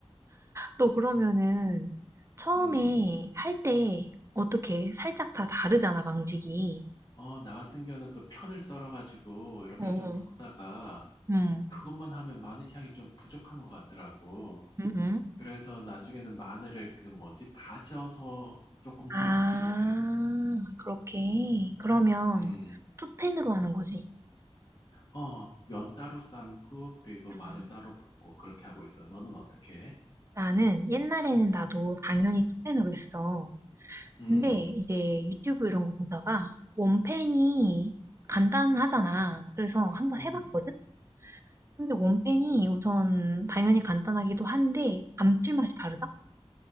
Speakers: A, on the right (about 25°); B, on the left (about 40°).
A: 또 그러면은 처음에
B: 음.
A: 할 때 어떻게 살짝 다 다르잖아, 방직이
B: 어, 나 같은 경우는 그 편을 썰어가지고 이렇게
A: 어, 어.
B: 좀 볶다가
A: 음.
B: 그것만 하면 마늘 향이 좀 부족한 것 같더라고.
A: 음, 음.
B: 그래서 나중에는 마늘을 그 뭐지, 다져서 조금 더
A: 아,
B: 넣기도 해.
A: 그렇게. 그러면
B: 음.
A: 투펜으로 하는 거지.
B: 어, 면 따로 삶고, 그리고 마늘
A: 음.
B: 따로 볶고, 그렇게 하고 있어. 너는 어떻게 해?
A: 나는 옛날에는 나도 당연히 투펜으로 했어.
B: 음,
A: 근데 이제 유튜브 이런 거 보다가 원펜이 간단하잖아. 그래서 한번
B: 음.
A: 해봤거든? 근데 원펜이 우선 당연히 간단하기도 한데 감칠맛이 다르다?